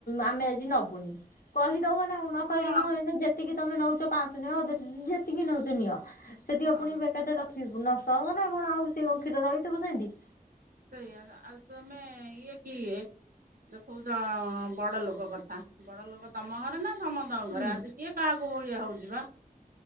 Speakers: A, on the left (about 65°); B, on the right (about 65°).
A: ଆମେ ଆଜି ନବୁନି କହିଦବ ନା ଆଉ। କହିଲେ
B: ହଁ
A: ମୁଁ ଏଇନା ଯେତିକି ତମେ ନୋଉଚ ପାଂଶ ନିଅ ଅଧ ଟେ ଯେତିକି ନୋଉଚ ନିଅ। ସେଠି
B: ହଁ
A: ପୁଣି ବେକାରଟାରେ ରଖିବି ଫୁଣି ନଷ୍ଟ ହବ ନା କଣ ଆଉ ସିଏ କ୍ଷୀର ରହିଥିବ ସେମିତି।
B: ସେଇଆ ପା ଆଉ ତମେ ଇଏ କିଏ? ଦେଖୋଉଚ ବଡ ଲୋକ କଥା ବଡ ଲୋକ ତମ ଘରେ ନା ସମସ୍ତଙ୍କ
A: ହୁଁ
B: ଘରେ ଆଜି କିଏ କାହାକୁ ବ ଇଏ ହୋଉଚି ବା।